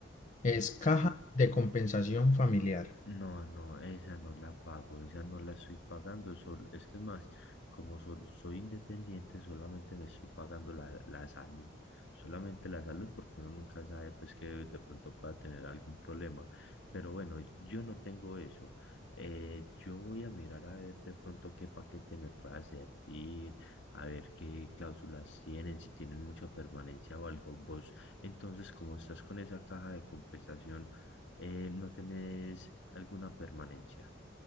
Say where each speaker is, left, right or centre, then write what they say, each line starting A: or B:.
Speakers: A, on the left (about 40°); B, on the left (about 70°).
A: Es caja de compensación familiar.
B: No, no, esa no la pago, esa no la estoy pagando, sol- es que es más, como sol- soy independiente, solamente me estoy pagando la, la salud, solamente la salud porque uno nunca sabe pues que de pronto pueda tener algún problema, pero bueno, yo no tengo eso, eh, yo voy a mirar a ver de pronto qué paquete me pueda servir, a ver qué cláusulas tienen, si tienen mucha permanencia o algo, vos entonces como estás con esa caja de compensación, eh, no tenés alguna permanencia.